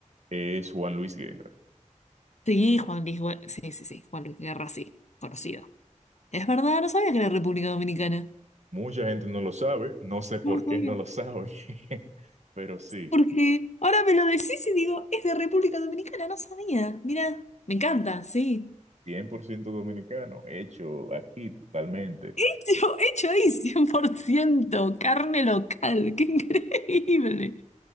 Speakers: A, on the right; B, on the left.
A: es Juan Luis Guerra.
B: Sí, Juan Luis, Gue- sí, sí, sí, Juan Luis Guerra, sí, conocido. Es verdad, no sabía que era República Dominicana.
A: Mucha gente no lo sabe, no sé por
B: No lo sabía.
A: qué no lo sabe, <laughs> pero sí,
B: Porque ahora me lo decís y digo, es de República Dominicana, no sabía. Mira, me encanta, sí.
A: 100% dominicano, hecho aquí totalmente.
B: Hecho, hecho ahí, 100% carne local, qué increíble.